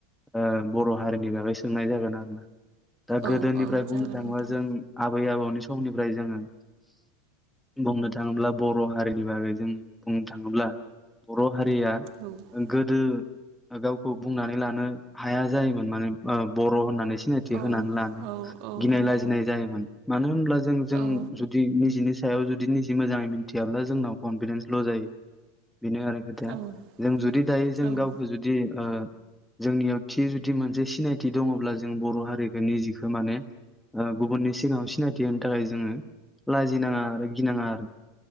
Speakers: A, in the centre; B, on the right.
A: ओ बर' हारिनि बागै सोंनाय जागोन आरो ना दा
B: औ
A: गोदोनिफ्राय
B: औ जागोन
A: बुंनो थाङोबा
B: नोंथां
A: जों आबै आबौनि समनिफ्राय जोङो बुंनो थाङोब्ला बर' हारिनि बागै जों बुंनो थाङोब्ला बर' हारिया ओ
B: औ
A: गोदो ओ गावखौ बुंनानै लानो हाया जायोमोन माने ओ बर' होननानै सिनाय थि
B: औ
A: होनानै लानो
B: औ औ
A: गिनाय
B: नंगौ
A: लाजिनाय जायोमोन मानो होनब्ला जों जों
B: औ
A: जु दि निजिनि सायाव जुदि निजि मोजाङै मिथियाब्ला जोंनाव कनफिदेन्स ल' जायो बेनो आरो खोथाया
B: औ
A: जों जुदि दायो जों
B: औ
A: गावखौ जुदि ओ जोंनियाव थि जुदि मोनसे सिनायथि दङब्ला जों बर' हारिखो निजिखो माने ओ गुबुननि सिगाङाव सिनायथि होनो थाखाय जोङो लाजिनाङा आरो गिनाङा आरो